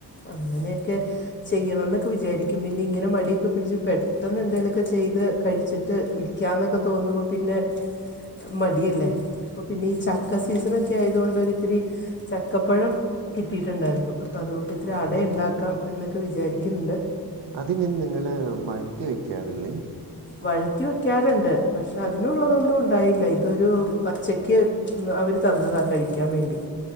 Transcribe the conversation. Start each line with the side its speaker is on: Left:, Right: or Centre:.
Left: അങ്ങനെയൊക്കെ- ചെയ്യണം എന്നൊക്കെ വിചാരിക്കും പിന്നെ ഇങ്ങനെ മടിയൊക്കെ പിടിച്ച് പെട്ടെന്ന് എന്തെങ്കലുയൊക്കെ ചെയ്ത് കഴി ച്ചിട്ട് ഇരിക്കാ എന്നൊക്കെ തോന്നുമ്പോ പിന്നെ- മടിയല്ലേ
Right: അൽ-
Left: അപ്പ പിന്നെ ഈ ചക്ക
Right: അതെ അതെ
Left: സീസൺക്കെ ഒക്കെ ആയതുകൊണ്ട് ഒരിത്തിരി ചക്കപ്പഴം കിട്ടിയിട്ടുണ്ടായിരുന്നു അപ്പം അതുകൊണ്ട് ഇത്തിരി
Right: ആഹാ
Left: അട ഉണ്ടാക്കാം എന്നൊക്കെ വിചാരിക്കുന്നുണ്ട്
Right: അതിങ്ങനെ നിങ്ങള് വഴറ്റി വെക്കാറില്ലേ
Left: വഴറ്റി വെക്കാറുണ്ട് പക്ഷെ അതിനുള്ളതൊന്നും ഉണ്ടായി- ഇല്ല ഇതൊരു പച്ചക്ക് അവര് തന്നതാ കഴിക്കാൻ വേണ്ടി